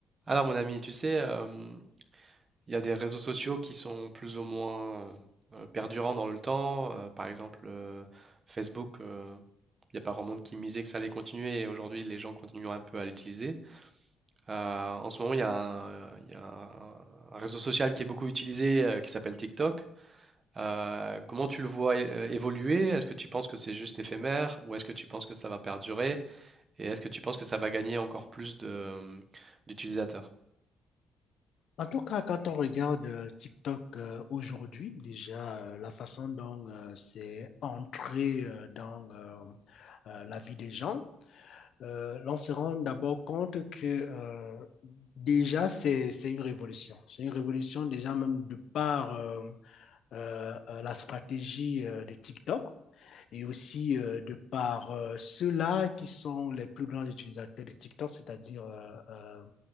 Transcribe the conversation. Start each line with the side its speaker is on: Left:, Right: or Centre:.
Right: Alors mon ami, tu sais, euh, il y a des réseaux sociaux qui sont plus ou moins euh, perdurants dans le temps. Euh, par exemple, euh, Facebook, euh, il y a pas grand monde qui misait que ça allait continuer et aujourd'hui les gens continuent un peu à l'utiliser. Euh, en ce moment, il y a un, il y a un- un réseau social qui est beaucoup utilisé euh, qui s'appelle TikTok. Euh, comment tu le vois é- euh, évoluer? Est-ce que tu penses que c'est juste éphémère ou est-ce que tu penses que ça va perdurer? Et est-ce que tu penses que ça va gagner encore plus de, d'utilisateurs?
Left: En tout cas, quand on regarde euh, TikTok euh, aujourd'hui, déjà euh, la façon dont euh, c'est entré euh, dans euh, euh, la vie des gens, euh, l'on se rend d'abord compte que euh, déjà c'est c'est une révolution. C'est une révolution déjà même de par euh, euh, euh, la stratégie euh, de TikTok et aussi euh, de par euh, ceux-là qui sont les plus grands utilisateurs de TikTok, c'est-à-dire euh, euh,